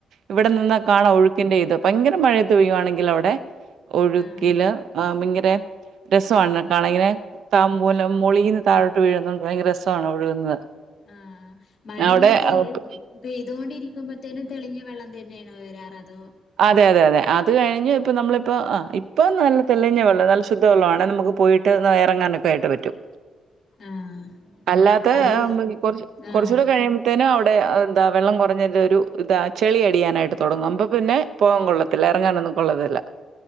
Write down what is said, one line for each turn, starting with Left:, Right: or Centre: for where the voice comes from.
Right: ഇവിടെ നിന്ന കാണം ഒഴുക്കിന്റെ ഇത് ബയിങ്കര മഴയേത് പെയ്യുയാണെങ്കിൽ അവിടെ ഒഴുക്കില്ല്
Left: ആഹ്
Right: ബയിങ്കര രസമാണ് കാണേങ്ങനെ താമ്പൂലം മൊളീന്ന് താഴോട്ട് വീഴുന്നുണ്ട് ഭയങ്കര രസണ് ഒഴുകുന്നത്
Left: ആ മഴ
Right: അവിടെ
Left: ഇങ്ങനെ തെയ്യ
Right: അപ്
Left: പെയ്തുകൊണ്ടിരിക്കുമ്പോത്തേനും തെളിഞ്ഞ വെള്ളം തന്നെ നോ വരാറതോ
Right: അതെ അതെ അതെ അത് കഴിഞ്ഞ് ഇപ്പ നമ്മളിപ്പ ആ ഇപ്പ നല്ല തെളിഞ്ഞവെള്ളം നല്ല ശുദ്ധ വെള്ളണ് നമുക്ക് പോയിട്ട് ഒന്ന് ഇറങ്ങാനൊക്കെ ആയിട്ട് പറ്റും
Left: ആഹ്
Right: അല്ലാത്ത
Left: അത്
Right: കൊറച്ച്
Left: ആഹ്
Right: കൊറച്ചൂടെ കഴിയുമ്പോത്തേനും അവിടെ എന്താ വെള്ളം കുറഞ്ഞൊരു ഒരു ഇതാ ചെളി അടിയാനായിട്ട് തുടങ്ങും അബം പിന്നെ പോവാൻ കൊള്ളത്തില്ല ഇറങ്ങാനൊന്നും കൊള്ളതില്ല